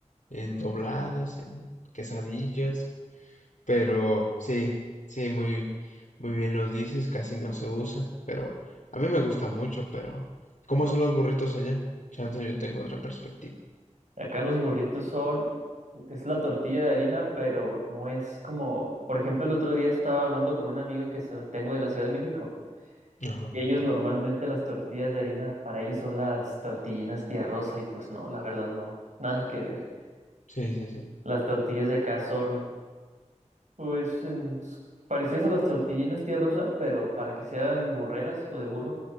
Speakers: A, on the left (about 85°); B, on the right (about 75°).
A: en dobladas, en quesadillas. Pero sí, sí, muy, muy bien los dices, casi no se usa, pero a mí me gusta mucho, pero ¿cómo son los burritos allá? Chance, yo tengo otra perspectiva.
B: Acá los burritos son, es la tortilla de harina, pero no es como, por ejemplo, el otro día estaba hablando con un amigo que so- tengo de la Ciudad de México.
A: Ajá,
B: Y ellos normalmente las tortillas de harina, para ellos son las tortillinas tía Rosa y pues no, la verdad no, nada que ver.
A: sí, sí, sí,
B: Las tortillas de acá son pues en- parecidas a las tortillinas tía Rosa, pero para que sean burreras o de burro,